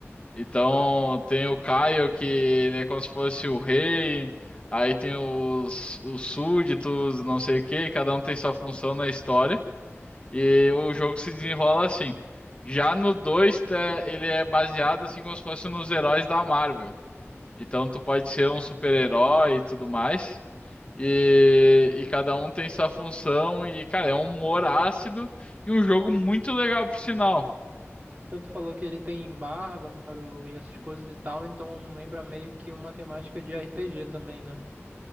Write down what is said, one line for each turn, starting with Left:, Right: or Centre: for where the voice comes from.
Left: Então tem o Kyle, que ele é como se fosse o rei. Aí tem os, os súditos, não sei o quê, e cada um tem sua função na história. E o jogo se desenrola assim. Já no 2, tá, ele é baseado assim como se fosse nos heróis da Marvel. Então tu pode ser um super-herói
Right: Hum,
Left: e tudo mais. E, e cada um tem sua função. E, cara, é um humor ácido e um jogo muito legal, por sinal.
Right: Tanto falou que ele tem bárbaro e essas coisas e tal, então lembra meio que uma temática de RPG também, né?